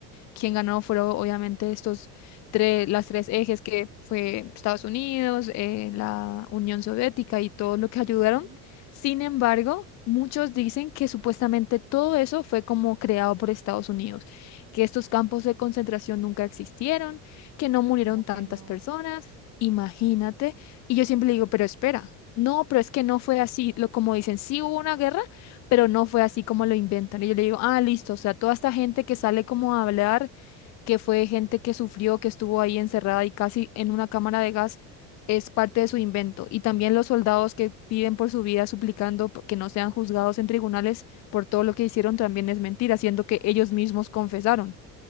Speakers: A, on the left; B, on the right.
A: quien ganó fueron obviamente estos tres, las tres ejes que fue Estados Unidos, eh, la Unión Soviética y
B: chica,
A: todo lo que
B: ujú,
A: ayudaron. Sin embargo, muchos dicen que supuestamente todo eso fue como creado por Estados Unidos, que estos campos de concentración nunca existieron, que no murieron
B: Como que
A: tantas
B: no.
A: personas. Imagínate. Y yo siempre digo, pero espera. No, pero es que no fue así, lo como dicen, sí hubo una guerra, pero no fue así como lo inventan. Y yo le digo, ah, listo, o sea, toda esta gente que sale como a hablar que fue gente que sufrió, que estuvo ahí encerrada y casi en una cámara de gas, es parte de su invento. Y también los soldados que piden por su vida suplicando p- que no sean juzgados en tribunales por todo lo que hicieron también es mentira, siendo que ellos mismos confesaron.